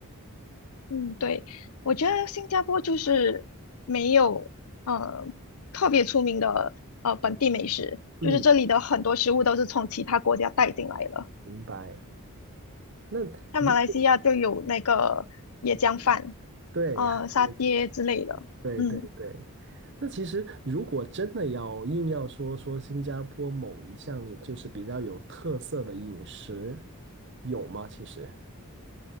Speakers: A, on the left (about 80°); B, on the right (about 50°).
A: 嗯，对，我觉得新加坡就是没有呃特别出名的呃本地美食，
B: 嗯，
A: 就是这里的很多食物都是从其他国家带进来的，
B: 明白。那如果
A: 像马来西亚就有那个椰浆饭，
B: 对，
A: 呃沙爹之类的。
B: 还有对对对。
A: 嗯，
B: 那其实如果真的要硬要说说新加坡某一项饮就是比较有特色的饮食，有吗？其实